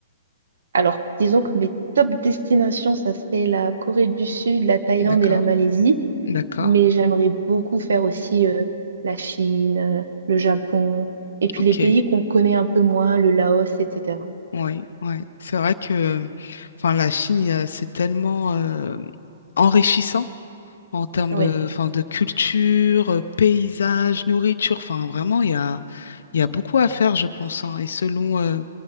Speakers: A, on the right; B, on the left.
A: Alors, disons que mes top destinations, ça serait la Corée du Sud, la Thaïlande
B: D'accord.
A: et la Malaisie.
B: D'accord.
A: Mais j'aimerais beaucoup faire aussi euh, la Chine, euh, le Japon, et puis
B: Ok.
A: les pays qu'on connaît un peu moins, le Laos, etc.
B: Oui, oui. C'est vrai que enfin, la Chine, il y a- c'est tellement euh, enrichissant. en termes
A: Oui,
B: euh, enfin, de culture, euh, paysage, nourriture. Enfin, vraiment, il y a, il y a beaucoup à faire, je pense. hein. Et selon... euh,